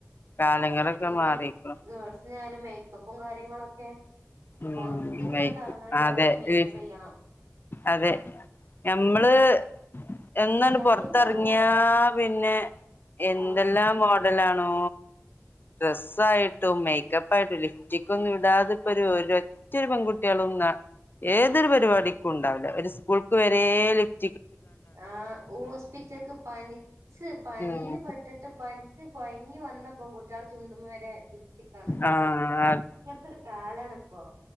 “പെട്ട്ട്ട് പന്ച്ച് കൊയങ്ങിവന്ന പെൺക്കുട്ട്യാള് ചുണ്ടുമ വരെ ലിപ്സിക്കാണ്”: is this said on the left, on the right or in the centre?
Right